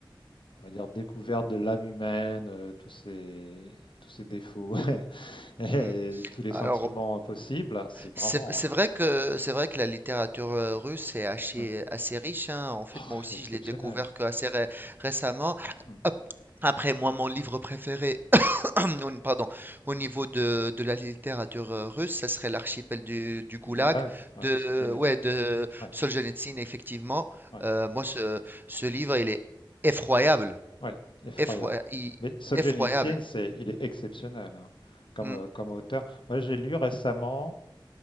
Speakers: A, on the left (about 70°); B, on the right (about 25°).
A: on va dire, découverte de l'âme humaine, euh, tous ces, tous ces défauts <laughs> et
B: mm.
A: tous les
B: Alors,
A: sentiments possibles. C'est vraiment
B: C'est c'est vrai que c'est vrai que la littérature, heu, russe est assez
A: euh,
B: assez riche, hein. En fait,
A: oh,
B: moi aussi,
A: exceptionnel.
B: je l'ai découvert que assez ré récemment.
A: Mm.
B: Ap après moi, mon livre préféré, <clears throat> au pardon, au niveau de de la littérature, heu, russe, ça serait l'archipel du du Goulag
A: Du Goulag, ouais,
B: de
A: Solzhenitsyn,
B: euh, ouais, de
A: ouais,
B: Soljenitsyne, effectivement.
A: ouais,
B: Heu, moi, ce ce livre, il est effroyable,
A: ouais, effroyable.
B: effroya i
A: Mais Solzhenitsyn,
B: effroyable.
A: c'est, il est exceptionnel hein, comme,
B: Mmh.
A: euh, comme auteur. Moi, j'ai lu récemment